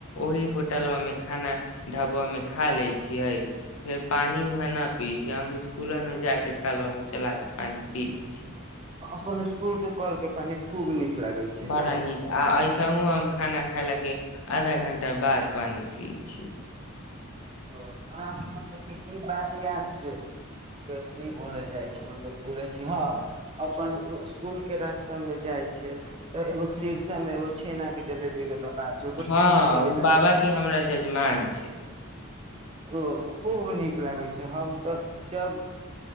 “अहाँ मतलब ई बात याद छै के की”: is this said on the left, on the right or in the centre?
Right